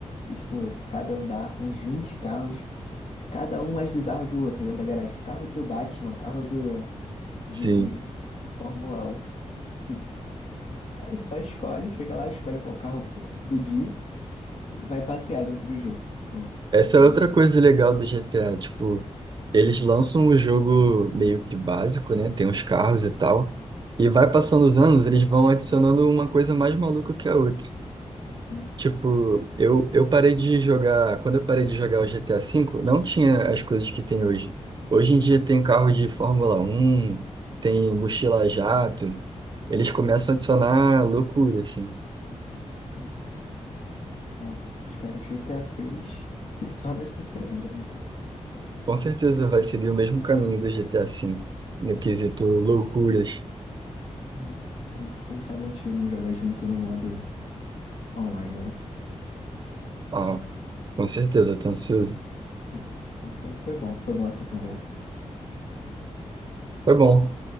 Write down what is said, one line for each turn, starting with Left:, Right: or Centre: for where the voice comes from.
Left: E tipo, cada andar, uns 20 carros, cada um mais bizarro que o outro dentro da garagem. Tipo, carro do Batman, carro do, de,
Right: sim.
Left: de, de Fórmula um Assim, aí só escolhe, chega lá, escolhe qual carro do dia. E vai passear dentro do jogo. Tipo,
Right: Essa
Left: mostra.
Right: é outra coisa legal do GTA, tipo, eles lançam o jogo meio que básico, né? Tem os carros e tal. E vai passando os anos, eles vão adicionando uma coisa mais maluca que a outra.
Left: Sim.
Right: Tipo, eu, eu parei de jogar. Quando eu parei de jogar o GTA V, não tinha as coisas que tem hoje. Hoje em dia tem carro de Fórmula um tem mochila jato. Eles começam a adicionar loucura, assim.
Left: Uhum. Bom, espero que GTA seis <laughs> só nos surpreenda, né, cara?
Right: Com certeza vai seguir o mesmo caminho do GTA V, no quesito loucuras.
Left: Uhum. Bom, quem sabe a gente não joga junto no modo online, né?
Right: Ah, com certeza, tô ansioso.
Left: Uhum. Bom, foi, foi bom, foi bom essa conversa.
Right: Foi bom.